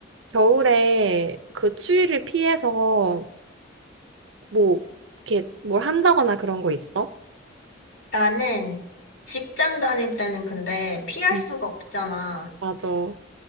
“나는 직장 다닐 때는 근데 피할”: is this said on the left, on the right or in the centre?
Left